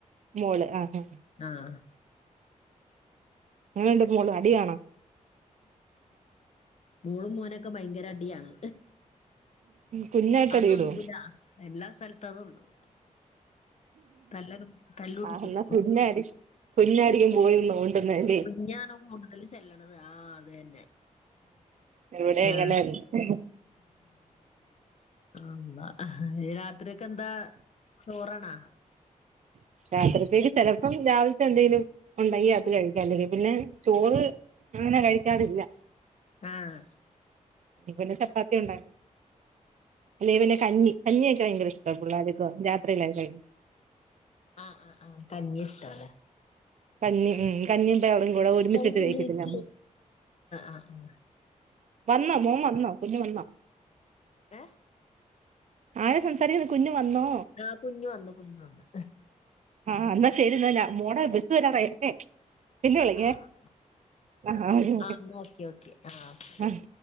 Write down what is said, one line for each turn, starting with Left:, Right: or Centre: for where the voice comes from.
Right: മോള് ആ ആ
Left: ആഹ്
Right: എങ്ങനെണ്ട് മോള് അടിയാണോ
Left: മോളും മോനൊക്കെ ഭയ്ങ്കര അടിയാണ്
Right: കുഞ്ഞായിട്ട്
Left: അതൊള്ളൂല
Right: അടിയിടോ
Left: എല്ലാ സ്ഥൽത്തും അതുള്ളൂ തല്ലതെ തല്ലുടിക്കും
Right: ആഹ് എന്നാ കുഞ്ഞാരി കുഞ്ഞായിരിക്കും പോയി നോണ്ടുന്നല്ലേ
Left: കുഞ്ഞാണ കൂടുതൽ ചെല്ലണത് ആ അത് തന്നെ
Right: ഇവിടെ
Left: ആ
Right: അങ്ങനെന്നെ
Left: അള്ളാ ആ രാത്ര്യൊക്കെന്താ ചോറാണാ
Right: രാത്രിയിലെ <unintelligible> ഇം രാവിൽത്തെ എന്തെലും ഉണ്ടങ്കി അത് കഴിക്കും അല്ലെങ്കി പിന്നെ ചോറ് അങ്ങനെ കഴിക്കാറില്ല
Left: ആഹ്.
Right: പിന്നെ ച പ്പാത്തി ഉണ്ടാക്കും. അല്ലേ പിന്നെ കഞ്ഞി കഞ്ഞിയെക്കെ ഭയങ്കര ഇഷ്ടാ പുള്ളാര്ക്കും രാത്രിയിലെക്കെ കഴി
Left: ആഹ് ആഹ് ആഹ് കഞ്ഞി ഇഷ്ടാലേ
Right: കഞ്ഞി ഉം കഞ്ഞിയും പയറുംകൂടെ ഒരുമിച്ചിട്ട്
Left: ആഹ്
Right: വേവിക്കത്തില്ലേ <unintelligible>
Left: ആഹ് ആഹ്.
Right: വന്നോ മോൻ വന്നോ കുഞ്ഞ് വന്നോ
Left: ഏഹ്
Right: ആരാ സംസാരിക്കുന്നത് കുഞ്ഞു വന്നോ
Left: ആഹ് കുഞ്ഞ് വന്നു കുഞ്ഞ് വന്നു.
Right: ആഹ് ഇന്നാ ശരിന്ന ഞാ മോടെ ബസ് വരാറായി അല്ലേ പിന്നെ വിളിക്കേ
Left: ആഹ്
Right: <unintelligible>
Left: ആഹ് ന്നാ ഓക്കെ ഓക്കെ. ആഹ് ഓക്കെ.
Right: ആഹ്